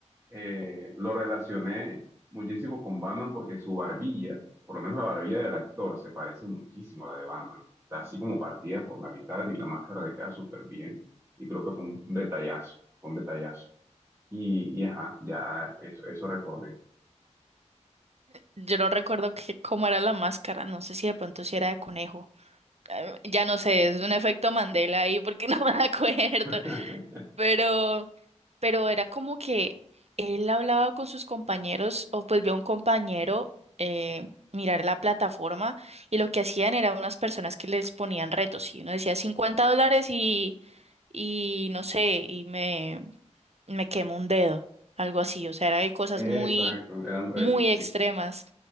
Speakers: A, on the right (about 20°); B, on the right (about 60°).
A: eh, lo relacioné muchísimo con Batman porque su barbilla, por lo menos la barbilla del actor, se parece muchísimo a la de Batman. Está así como partida por la mitad y la máscara le queda súper bien. Y creo que fue un detallazo, fue un detallazo. Y, y ajá, ya eso, eso recordé.
B: Yo no recuerdo que, cómo era la máscara, no sé si de pronto si era de conejo. Eh, Ya no sé, es un efecto Mandela ahí porque <laughs> no me acuerdo
A: <laughs>
B: pero, pero era como que él hablaba con sus compañeros o pues vio a un compañero eh, mirar la plataforma y lo que hacían eran unas personas que les ponían retos y uno decía 50 dólares y, y no sé, y me, me quemo un dedo, algo así, o sea, era de cosas
A: Exacto,
B: muy,
A: eran retos,
B: muy
A: sí.
B: extremas.